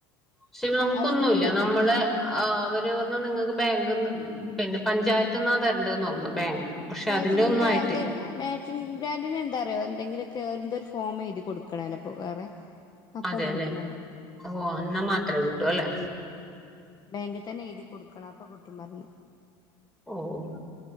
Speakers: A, in the centre; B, on the left (about 35°).
A: പക്ഷെ നമുക്കൊന്നൂല്ല
B: അത് കിട്ടും പറഞ്ഞു
A: നമ്മള്. ആഹ് അവര് പറഞ്ഞു നിങ്ങക്ക് ബാങ്ക്ന്ന് പിന്നെ പഞ്ചായത്ത്ന്നാ തരേണ്ടതെന്ന് പറഞ്ഞു ബാങ്ക്. പക്ഷെ
B: മ്യാച്ചിങ്ങ്
A: അതിന്റെ ഒന്നും
B: ഗ്രാൻ്റ്
A: ആയിട്ടില്ല
B: മ്യ ച്ചിങ്ങ് ഗ്രാൻ്റിനെന്താറിയോ എന്തെങ്കിലൊക്കെ എന്തോ ഒരു ഫോം എഴുതി കൊടുക്കണല്ലപ്പോ വേറെ. അപ്പൊ
A: അതെല്ലേ.
B: അത് കിട്ടും പറഞ്ഞു
A: ഓഹ് അന്നാ മാത്രേ കിട്ടൂ അല്ലെ.
B: ബാങ്കി തന്നെ എഴുതി കൊടുക്കണം. അപ്പൊ കിട്ടും പറഞ്ഞ്.
A: ഓഹ്.